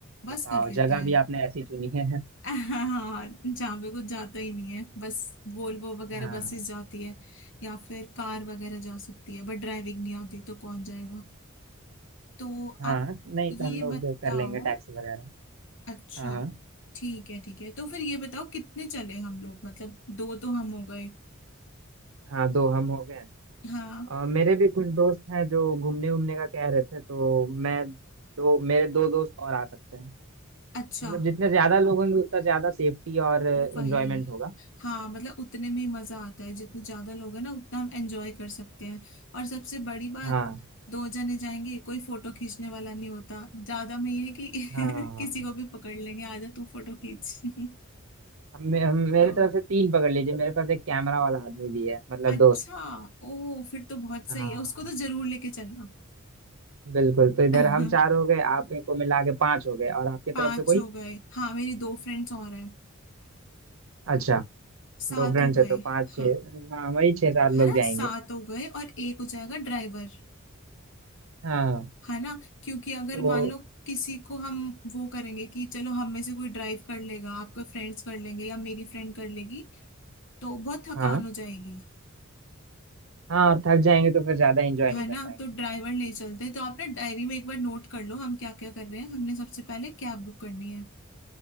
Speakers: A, on the left; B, on the right.
A: बस
B: बताओ
A: कर लेते
B: जगह
A: हैं
B: भी आपने ऐसी चुनी है
A: <laughs> हाँ जहाँ पे कुछ जाता ही नहीं है बस वोल्वो वगैरह
B: हाँ
A: बसेस जाती है या फिर कार वगैरह जा सकती है बट ड्राइविंग नहीं आती तो कौन जाएगा तो
B: हाँ
A: आप
B: नहीं
A: ये
B: तो हम लोग
A: बताओ
B: कर लेंगे टैक्सी वगैरह
A: अच्छा
B: हाँ हाँ
A: ठीक है ठीक है तो फिर ये बताओ कितने चले हम लोग मतलब दो तो हम हो गए
B: हाँ दो हम हो गए
A: हाँ
B: अ, मेरे भी कुछ दोस्त हैं जो घूमने घूमने का कह रहे थे तो मैं दो मेरे दो दोस्त और आ सकते हैं
A: अच्छा
B: मतलब जितने ज्यादा लोग होंगे उतना ज्यादा सेफ्टी और एंजॉयमेंट
A: वही
B: होगा
A: हाँ मतलब उतने में ही मजा आता है जितने ज्यादा लोग हैं ना उतना हम एंजॉय कर सकते हैं और सबसे बड़ी बात
B: हाँ
A: दो जने जाएंगे कोई फोटो खींचने वाला नहीं होता ज्यादा में ये है कि
B: हाँ
A: <laughs> किसी को भी पकड़ लेंगे आजा तू फोटो खींच <laughs>
B: हम, मे- हम मेरे
A: तो
B: तरफ से तीन पकड़ लीजिए मेरे पास एक कैमरा वाला आदमी भी है मतलब
A: अच्छा
B: दोस्त
A: ओ फिर तो बहुत
B: हाँ
A: सही है उसको तो जरूर लेके चलना
B: बिल्कुल तो इधर
A: <laughs>
B: हम चार हो गए आप को मिला के पांच हो गए और आपकी तरफ
A: पांच
B: से कोई
A: हो गए हाँ मेरी दो फ्रेंड्स और हैं
B: अच्छा
A: सात
B: दो फ्रेंड्स
A: हो गए
B: है तो पांच छह
A: हाँ
B: हाँ वही छह सात
A: है
B: लोग
A: ना
B: जाएंगे
A: सात हो गए और एक हो जाएगा ड्राइवर
B: हाँ
A: है ना क्योंकि अगर
B: तो
A: मान लो किसी को हम वो करेंगे कि चलो हम में से कोई ड्राइव कर लेगा आपके फ्रेंड्स कर लेंगे या मेरी फ्रेंड कर लेगी तो बहुत थकान
B: हाँ
A: हो जाएगी
B: हाँ थक जाएंगे तो फिर ज्यादा एंजॉय
A: है
B: नहीं कर
A: ना
B: पाएंगे
A: तो ड्राइवर ले चलते तो आप ना डायरी में एक बार नोट कर लो हम क्या क्या कर रहे हैं हमने सबसे पहले कैब बुक करनी है